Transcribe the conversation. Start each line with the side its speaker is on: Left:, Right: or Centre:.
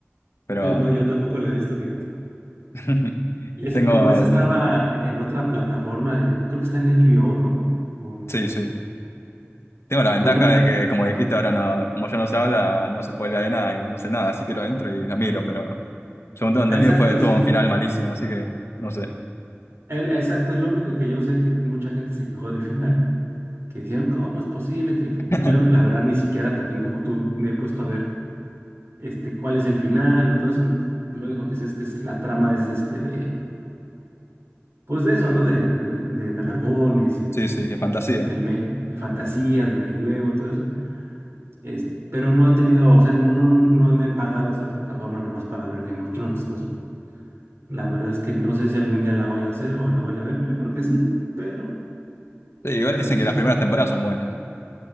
Left: pero
Right: Eh, no, yo tampoco la he visto, fíjate.
Left: <laughs>
Right: Y es
Left: tengo...
Right: que como esa estaba
Left: mm,
Right: en otra plataforma, eh, creo que está en HBO, ¿no? O-
Left: Sí, sí. Tengo
Right: y
Left: la ventaja
Right: pues no, esa-
Left: de que, como dijiste, ahora no, como ya no se habla, no se spoilea de nada y no sé nada, así que lo entro y la miro, pero según tengo entendido
Right: exacto,
Left: fue tuvo
Right: sí.
Left: un final malísimo, así que no sé.
Right: El- exacto, es lo único que yo sé que mucha gente se quejó del final, que dijeron, ¿cómo es posible que el final?
Left: <laughs>
Right: Yo, no- la verdad, ni siquiera también como tú me he puesto a ver este, cuál es el final o todo eso. no- Lo único que sé es que es- la trama es este de, pues de eso, ¿no? De, de- de dragones y de,
Left: Sí, sí, es fantasía.
Right: del me- de fantasía, del medioevo, todo eso. Es- pero no he tenido, o sea, no, no me he pagado esa plataforma nomás para ver Game of Thrones. Entonces, la verdad es que no sé si algún día la voy a hacer o la voy a ver. Yo creo que sí, pero,
Left: Sí, igual
Right: pero
Left: dicen
Right: pues
Left: que
Right: sí.
Left: las primeras temporadas son buenas,